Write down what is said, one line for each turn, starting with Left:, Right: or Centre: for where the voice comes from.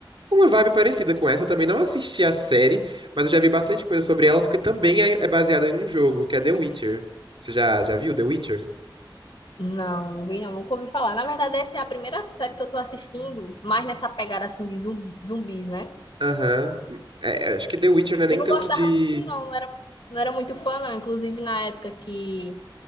Right: uma vibe parecida com essa. Eu também não assisti a série, mas eu já vi bastante coisa sobre elas, porque também é é baseada em um jogo, que é The Witcher. Você já, já viu The Witcher?
Left: Não, não vi, não, nunca ouvi falar. Na verdade, essa é a primeira série que eu tô assistindo, mais nessa pegada assim de zum- zumbis, né?
Right: Aham. É, acho que The Witcher não é nem
Left: Eu não
Right: tanto
Left: gostava
Right: de
Left: muito, não. Não era, não era muito fã, não. Inclusive, na época que